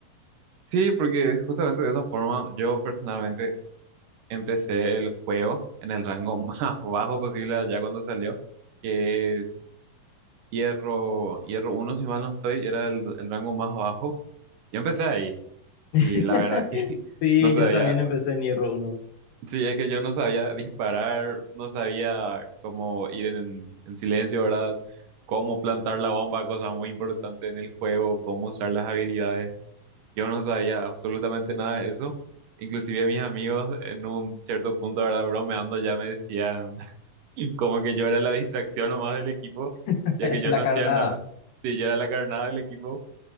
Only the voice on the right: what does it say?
Sí, porque justamente de esa forma yo personalmente empecé el juego en el rango <laughs> más bajo posible allá cuando salió, que es Hierro, Hierro uno si mal no estoy, era el, el rango más bajo. Yo empecé ahí y
la verdad es que... <laughs>
No sabía
Sí, es que yo no sabía disparar, no sabía cómo ir en, en silencio, ¿verdad? Cómo plantar la bomba, cosa muy importante en el juego, cómo usar las habilidades. Yo no sabía absolutamente nada de eso. Inclusive mis amigos en un cierto punto, ¿verdad? Bromeando ya me decían <laughs> como que yo era la distracción nomás del equipo,
ya que yo
no
hacía nada. Sí, yo era la carnada del equipo,